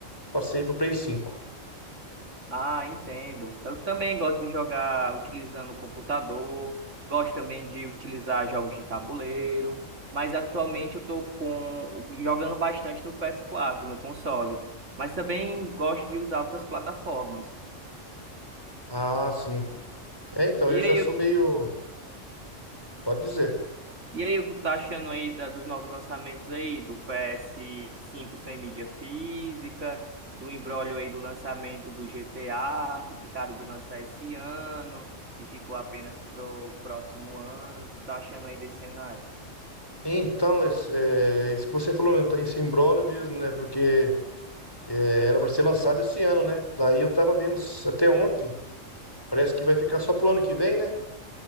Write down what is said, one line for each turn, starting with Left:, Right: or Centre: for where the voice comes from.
Left: Passei pro Play cinco.
Right: Ah, entendo. Eu também gosto de jogar utilizando o computador, gosto também de utilizar jogos de tabuleiro, mas atualmente eu estou com jogando bastante no PS4, no console, mas também gosto de usar outras plataformas.
Left: Ah, sim. É, então,
Right: E
Left: eu já
Right: aí,
Left: sou meio. Pode dizer.
Right: E aí, o que tá achando aí da- dos novos lançamentos aí, do PS5 sem mídia física, do imbróglio aí do lançamento do GTA, que ficaram de lançar esse ano e ficou apenas pro próximo ano. O que tá achando aí desse cenário?
Left: Então, esse, é, isso que você falou, então, esse imbróglio mesmo, né? Porque é, era para ser lançado esse ano, né? Daí eu tava vendo s- até ontem. Parece que vai ficar só pro ano que vem, né?